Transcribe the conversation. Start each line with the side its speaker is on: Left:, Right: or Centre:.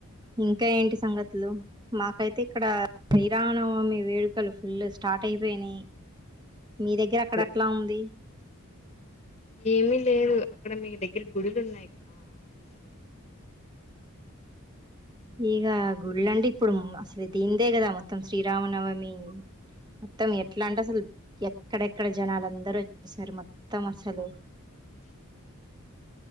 Right: ఇంకా ఏంటి సంగతులు మాకైతే ఇక్కడ శ్రీరానవమి వేడు క్కలు ఫుల్ స్టార్ట్ అయిపోయినాయి మీ దగ్గర
Left: ఇప్పుడు
Right: అక్కడ ఏట్లా ఉంది
Left: ఏమీ లేదు అక్కడ మీ దగ్గర గుడులు ఉన్నాయి కదా అందుకని హ్మ్.
Right: ఇగ గుళ్ళంటే ఇప్పుడు అసలు దీందే కదా మొత్తం శ్రీరామనవమి మొత్తం ఎట్లా అంటే అసలు ఎక్కడెక్కడ జనాలు అందరూ వచ్చేసారు మొత్తం అసలు
Left: <inaudible>